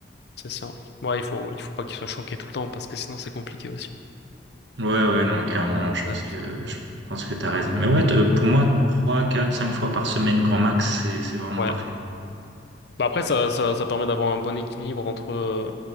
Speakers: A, on the left (about 60°); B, on the right (about 75°).
A: c'est ça. Ouais, il faut, il faut pas qu'il soit choqué tout le temps parce que sinon c'est compliqué aussi.
B: Ouais, ouais, non, clairement,
A: Exact.
B: je pense que, je pense que t'as raison. Mais ouais, t- euh, pour moi, trois, quatre, cinq fois par semaine, grand max, c'est, c'est vraiment
A: Ouais.
B: parfait.
A: Bah après, ça, ça, ça permet d'avoir un bon équilibre entre, euh,